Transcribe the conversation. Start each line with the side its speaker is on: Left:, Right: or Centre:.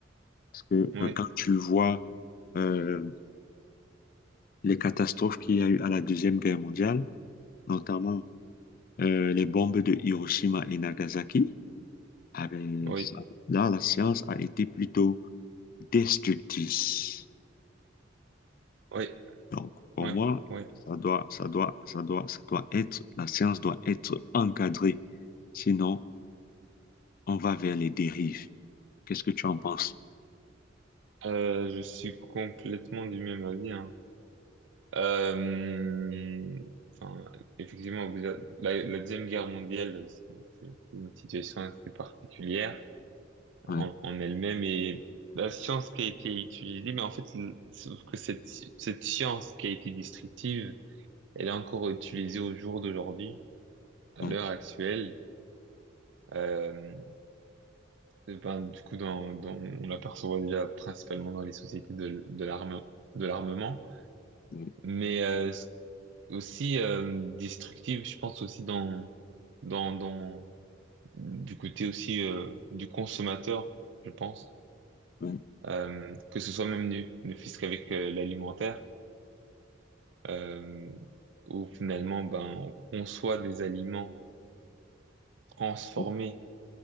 Left: Parce que
Right: oui,
Left: euh, quand tu vois euh, les catastrophes qu'il y a eu à la Deuxième Guerre mondiale, notamment euh, les bombes de Hiroshima et Nagasaki, ah ben,
Right: oui,
Left: ça- là, la science a été plutôt destructrice.
Right: oui,
Left: Donc, pour
Right: oui,
Left: moi,
Right: oui.
Left: ça doit, ça doit, ça doit, ça doit être, la science doit être encadrée. Sinon, on va vers les dérives. Qu'est-ce que tu en penses?
Right: Euh, je suis complètement du même avis, hein. Euh, enfin, effectivement, vous a- la, la Deuxième Guerre mondiale, c'est c'est une situation assez particulière
Left: Ouais.
Right: en, en elle-même et la science qui a été utilisée, mais en fait, le- sauf que cette, cette science qui a été destructive, elle est encore utilisée au jour d'aujourd'hui, à
Left: Ouais,
Right: l'heure actuelle. Euh, ben, du coup, dans, dans, on l'aperçoit déjà principalement dans les sociétés de, de l'arme, de l'armement.
Left: ouais,
Right: Mais euh, aussi euh, destructive, je pense aussi dans dans dans du côté aussi euh, du consommateur, je pense,
Left: ouais,
Right: Euh, que ce soit même nu ne fût-ce qu'avec euh, l'alimentaire, euh, où finalement ben on conçoit des aliments transformés,
Left: ouais,